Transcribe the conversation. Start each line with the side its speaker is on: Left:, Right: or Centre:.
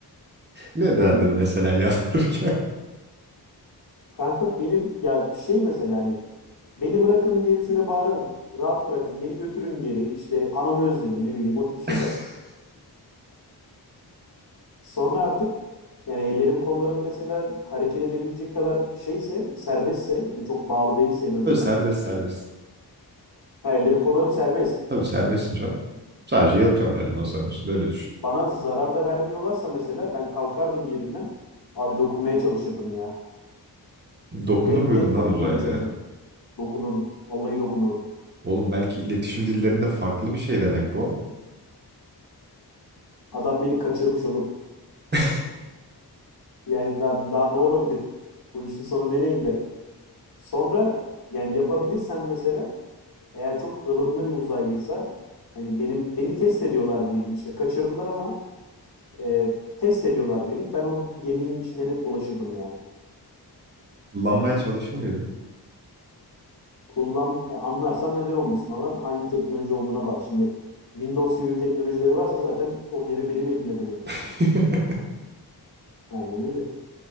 Right: ne
Left: Yani
Right: derdin mesela yalvarırken?
Left: Kanka beni ya şey mesela hani beni bırakın diye bir şöyle bağırırdım. Rahat bırakın, beni götürün geri. İşte anamı özledim ne bileyim o tip şeyler.
Right: <laughs>
Left: Sonra artık yani ellerim kollarım mesela hareket edebilecek kadar şeyse serbestse ve çok bağlı değilse en azından.
Right: Tabii serbest serbest.
Left: Ha ellerim kollarım serbest.
Right: Tabii serbestsin can. Sadece yatıyorsun öyle masanın üstünde öyle düşün.
Left: Bana zarar da vermiyorlarsa mesela ben kalkardım yerimden. Abi dokunmaya çalışırdım ya.
Right: Dokunur
Left: Net
Right: muydun
Left: net
Right: lan
Left: dokunmaya
Right: uzaylıya?
Left: çalışırdım. Dokunurdum. Vallahi dokunurdum.
Right: Oğlum belki iletişim dillerinde farklı bir şey demek bu.
Left: Adam beni kaçırmış oğlum.
Right: <laughs>
Left: Yani daha, daha ne olabilir? Bu işin sonu nereye gider? Sonra yani yapabilirsem mesela eğer çok ılımlı bir uzaylıysa hani benim beni test ediyorlar diyelim işte kaçırdılar ama e, test ediyorlar beni. Ben o geminin içinde net dolaşırdım ya.
Right: Kullanmaya çalışır mıydın?
Left: Kullan e, anlarsam neden olmasın ama hangi teknoloji olduğuna bak. Şimdi Windows gibi bir teknolojileri varsa zaten o gemi benim elimde demektir.
Right: <laughs>
Left: Aynen öyle.